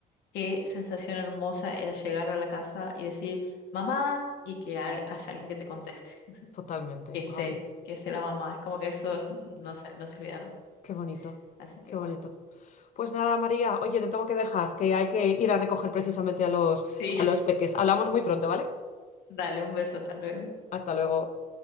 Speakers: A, on the left; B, on the left.
A: qué sensación hermosa era llegar a la casa y decir, mamá, y que al- haya alguien que te conteste,
B: Totalmente.
A: que esté,
B: Ay,
A: que esté la mamá. Es como que eso no se, no se olvidaron.
B: qué bonito,
A: Así que
B: qué
A: bueno,
B: bonito. Pues nada, María, oye, te tengo que dejar, que hay que ir a recoger precisamente a los,
A: sí,
B: a
A: <laughs>
B: los peques. Hablamos muy pronto, ¿vale?
A: dale un beso, hasta luego.
B: Hasta luego.